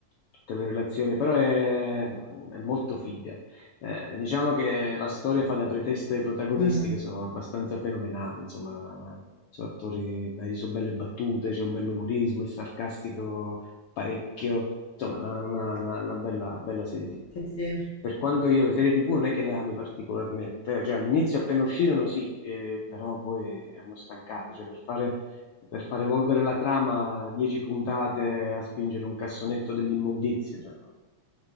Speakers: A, on the left; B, on the left.
A: Tutte le relazioni, però è, è molto figa. Eh, diciamo che la storia fa da pretesto ai protagonisti
B: Mhm.
A: che sono abbastanza fenomenali, insomma, sono attori, beh, sono belle battute, c'è un bell'umorismo, è sarcastico parecchio, insomma, una, una- una- una bella, bella serie TV.
B: Sì, sì.
A: Per quanto io le serie TV non è che le ami particolarmente, eh, cioè all'inizio appena uscirono sì, eh, però poi hanno stancate, cioè per fare, per far evolvere la trama, 10 puntate a spingere un cassonetto dell'immondizia, cioè, no,